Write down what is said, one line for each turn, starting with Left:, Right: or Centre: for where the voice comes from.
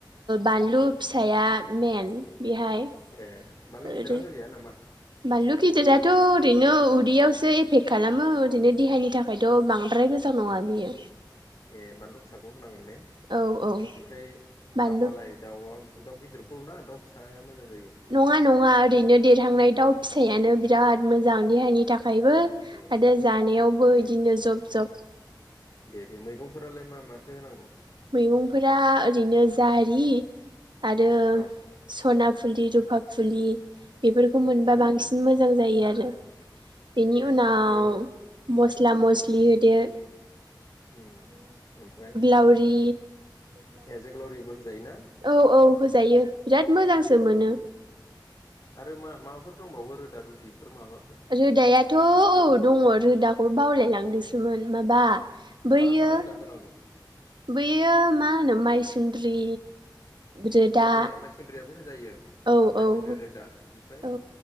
Right: बानलु फिसाया मन बेहाय
Left: ए बानलु
Right: ओरै
Left: गिदिरा होजाया नामा
Right: बानलु गिदिराथ' ओरैनो उदैयावसो एफेक्ट खालामो ओरैनो देहानि थाखायथ' बांद्राय मोजां नङा बियो।
Left: ए बानलु फिसाखौ होनांगोन ने
Right: औ औ
Left: ओमफ्राय
Right: बानलु
Left: दाउआलाय दाउआ दाउ गिदिरखौ ना दाउ फिसाया मोजां जायो
Right: नङा नङा ओरैनो देरहांनाय दाउ फिसायानो बिराद मोजां देहानि थाख आयबो
Left: ए
Right: आरो जानायावबो
Left: उम
Right: बिदिनो जब जब
Left: दे दे मैगंफोरालाय मा माथो होनांगौ
Right: मैगंफोरा ओरैनो जारि आरो
Left: औ
Right: सना फुलि रुपा फुलि बेफोरखौ मोनबा
Left: बेनि उनाव
Right: बांसिन मोजां जायो आरो बेनि
Left: ए
Right: उनाव
Left: आरो
Right: मस्ला मस्लि होदो।
Left: उ ओमफ्राय
Right: आवरि
Left: ए जोग्लावरिबो होजायोना
Right: औ औ होजायो बिराद मोजांसो मोनो
Left: ए आरो मा माबाफोर दंबावो रोदा रुदिफोर माबा
Right: रोदायाथ' औ दङ रोदाखौ बावलायलांदोंसोमोन माबा बैयो
Left: मा मा रोदा होनांगौ
Right: बैयो मा होनो माइसुन्द्रि रोदा
Left: ए माइसुन्द्रियाबो होजायो
Right: औ
Left: माइसुन्द्रि
Right: औ
Left: रोदा ओमफ्राय
Right: औ